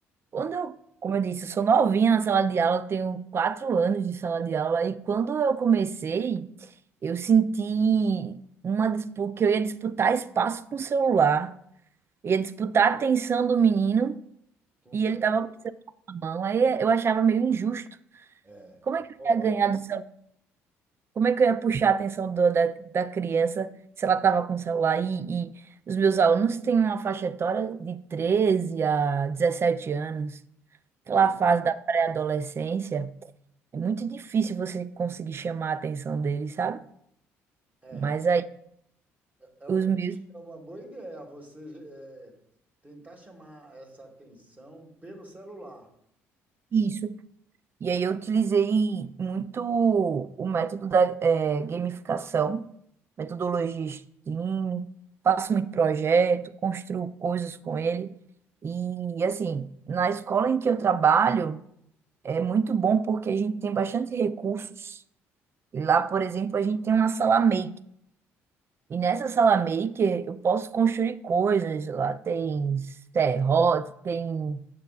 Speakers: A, on the right; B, on the right.
A: quando eu, como eu disse, eu sou novinha na sala de aula, eu tenho quatro anos de sala de aula, e quando eu comecei, eu senti uma disputa, que eu ia disputar espaço com o celular, ia disputar a atenção do menino,
B: um
A: e
B: céu,
A: ele estava com o celular na mão, aí eu achava meio injusto.
B: é,
A: Como
B: é
A: é que eu
B: provável.
A: ia ganhar do celular? Como é que eu ia puxar a atenção do- da, da criança se ela estava com o celular? E, e os meus alunos têm uma faixa etária de 13 a 17 anos, aquela
B: Pois
A: fase da pré-adolescência. É muito difícil você conseguir chamar a atenção deles, sabe?
B: é.
A: Mas aí
B: É, eu
A: os meus.
B: acho que é uma boa ideia você é, tentar chamar essa atenção pelo celular, né?
A: Isso, E aí eu utilizei muito o método da eh, gamificação, metodologia Steam, faço muito projeto, construo coisas com ele. E assim, na escola em que eu trabalho, é muito bom porque a gente tem bastante recursos. E lá, por exemplo, a gente tem uma sala maker. E nessa sala maker eu posso construir coisas. Lá tem serrote, tem